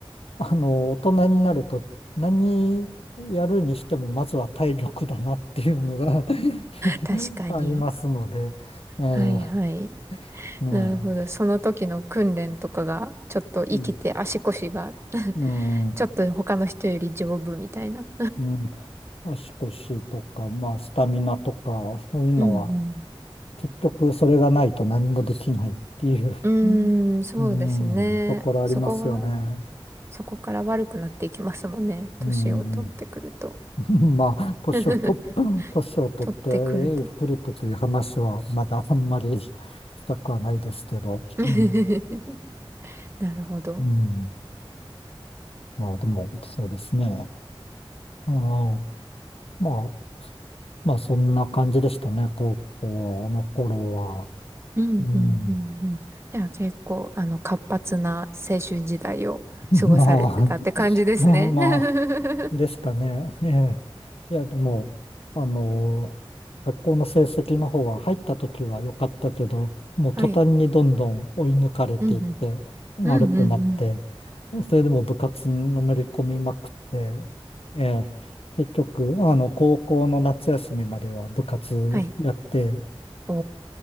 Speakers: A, on the left (about 80°); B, on the right (about 25°).
A: あの、大人になると何やるにしてもまずは体力だなっていうのが <laughs>
B: 確かに。
A: ありますので、ええ
B: はいはい。
A: ね
B: なるほど。その時の訓練とかが、ちょっと生きて足腰が、
A: え、うん、
B: <laughs>
A: うん、
B: ちょっと他の人より丈夫みたいな。
A: うん足腰とか、まあ、スタミナとか、そういうのは
B: うんうん。
A: 結局それがないと何もできないっていう、
B: うーん、そうですね。
A: うん、ところありますよね。
B: そこから、そこから悪くなっていきますもんね。年を取ってくると。
A: うん <laughs> まあ、年をと、
B: <laughs>
A: <clears throat> 年を取って
B: 取ってくると。
A: くるとという話は、まだあんまりしたくはないですけど、
B: <laughs>
A: うん、
B: なるほど。
A: うんまあでも、そうですね。ああ、まあ、まあそんな感じでしたね、高校の頃は。
B: うん、
A: うん、
B: うん、うん、うん。では結構、あの、活発な青春時代を過ごされてたって感じですね。
A: <laughs> まあ、<laughs> まあ、
B: <laughs>
A: ですかね。<laughs> ええ。いや、でも、あの、学校の成績の方は入った時は良かったけど、もう途端にどんどん追い抜かれていって悪くなって、
B: はい。うん、うん。うん、うん、うん。
A: それでも部活にのめり込みまくって、ええ、結局、あの、高校の夏休みまでは部活やって、
B: はい。
A: ん
B: お